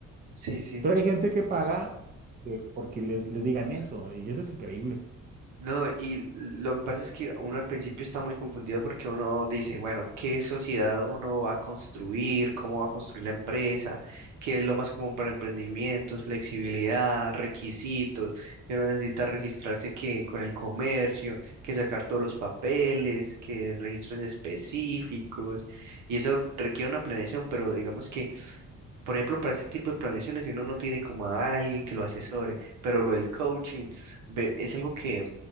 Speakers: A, on the right; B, on the right.
A: Sí, sí.
B: Pero hay gente que paga eh, porque le, le digan eso, y eso es increíble.
A: No, y lo que pasa es que uno al principio está muy confundido porque uno dice, bueno, ¿qué sociedad uno va a construir? ¿Cómo va a construir la empresa? ¿Qué es lo más común para emprendimientos? Flexibilidad, requisitos, que uno necesita registrarse que con el comercio, que sacar todos los papeles, que registros específicos, y eso requiere una planeación, pero digamos que por ejemplo, para este tipo de planeaciones, si uno no tiene como a alguien que lo asesore, pero lo del coaching ve- es algo que